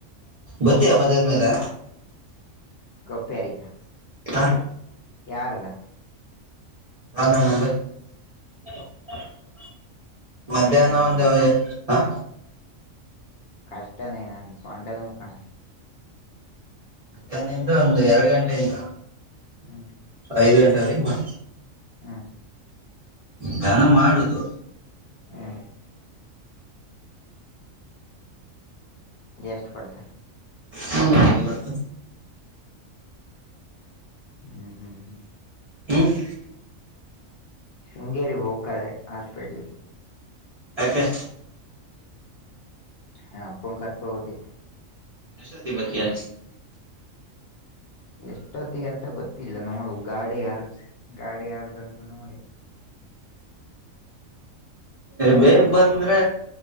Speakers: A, on the right; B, on the left.
A: ಗೊತ್ತಿಯ <unintelligible> ಮೇಲೆ
B: <unintelligible>
A: ಹಾ
B: ಯಾರದಾ
A: <unintelligible> ಮಧ್ಯಾಹ್ನ
B: ಕಷ್ಟನೇನ್
A: ಒಂದು ಹಾ
B: ಕಷ್ಟನೇ ನನ್ ಸೊಂಡೆ ನೂಕಣ
A: ಮಧ್ಯಾಹ್ನದಿಂದ ಒಂದು ಎರಡು ಗಂಟೆಯಿಂದ
B: ಹ್ಮ್
A: ಐದು ಗಂಟೆ <unintelligible>
B: ಹಾ
A: <unintelligible> ಮಾಡುದು
B: ಹ್ಮ್ ಎಷ್ಟು ಕೊಡ್ತಾರೆ
A: ಮುನೂರ್ ಐವತ್ತು
B: ಹ್ಮ್ ಹ್ಮ್ ಹ್ಮ್
A: ಹ್ಮ್
B: ಶೃಂಗೇರಿ ಹೋಗ್ತದೆೆ ಹಾಸ್ಪಿಟಲ್ಗೆ
A: ಆಕೆ
B: ಹಾ ಅಪ್ಪ ಕರ್ಕೊಂಡು ಹೋಗಿದ್ದೆ
A: ಎಷ್ಟು ಬರ್ತೀಯಾ
B: ಎಷ್ಟೊತ್ತಿಗೆ ಅಂತ ಗೊತ್ತ ಇಲ್ಲ ನೋಡ್ ಗಾಡಿ ಯಾರ ಗಾಡಿ ಯಾರ್ದಂತ ನೋಡಿ
A: ಬೇಗ ಬಂದ